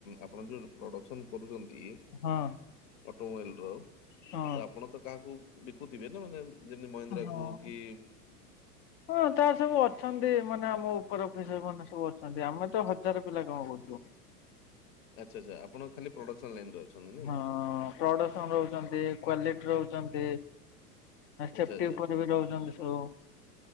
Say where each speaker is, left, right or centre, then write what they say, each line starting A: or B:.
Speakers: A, on the left; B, on the left.
A: ଆପଣ ଯୋଉ ପ୍ରଡକ୍ସନ କରୁଛନ୍ତି
B: ହଁ
A: ଅଟୋମୋବାଇଲ ର
B: ହଁ
A: ଆପଣ ତ କାହାକୁ ବିକୁଥିବେ ନା ମାନେ ଯେମିତି ମହିନ୍ଦ୍ରା
B: ହଁ।
A: କୁ କି
B: ହଁ ତାର ସବୁ ଅଛନ୍ତି ମାନେ ଆମ ଉପର ଅଫିସର ମାନେ ସବୁ ଅଛନ୍ତି ଆମେ ତ ହଜାର ପିଲା କାମ କରୁଛୁ।
A: ଆଚ୍ଛା ଆଚ୍ଛା ଆପଣ ଖାଲି ପ୍ରଡ଼କ୍ସନ୍ ଲାଇନ ଅଛନ୍ତି ନାଇଁ
B: ହଁ
A: କି।
B: ପ୍ରଡକ୍ସନ ରହୁଛନ୍ତି କ୍ଵାଲିଟି ରହୁଛନ୍ତି
A: ଆଚ୍ଛା
B: ସେଫ୍ଟି
A: ଆଚ୍ଛା
B: ଉପରେ ବି ରହୁଛନ୍ତି। <unintelligible>